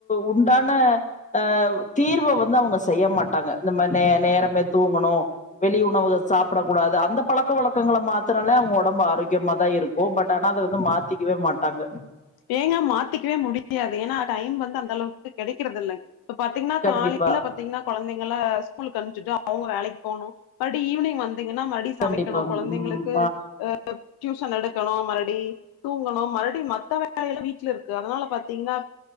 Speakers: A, on the left (about 20°); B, on the left (about 85°).
A: உண்டான ஆ தீர்வ வந்து அவ்ங்க செய்ய மாட்டாங்க இந்த மார் நே நேரமே தூங்கொணு வெளி உணவுக சாப்பட கூடாது அந்த பழக்க வழக்கங்கள மாத்துனாலே அவுங்க ஒடம்பு ஆரோக்கியமா தா இருக் ஓ பட் ஆனா அத வந்து மாத்திக்கவே மாட்டாங்க
B: ஏங்க மாத்திக்கவே முடியாது ஏன்னா டைம் வந்து அந்தளவுக்கு கெடைக்கிறதில்லங் இப்ப பாத்தீங்கன்னா
A: கண்டிப்பா
B: காலேல பாத்தீங்கன்னா கொழந்தைங்கள்ள ஸ்கூலுக்கு அனுப்ச்சிட்டோ அவுங்க வேலக் போனு மற்டி ஈவினிங் வந்தீங்கன்னா மற் சமைக்கணு
A: கண்டிப்பா
B: கொழந்தைங்களுக்கு
A: ம்
B: ஆ டியூசன் எடுக் கனு மறுடி தூங்கணு மறுடி மத்த வேலயெல்லா வீட்ல இருக்கு அதனால பாத்தீங்கன்னா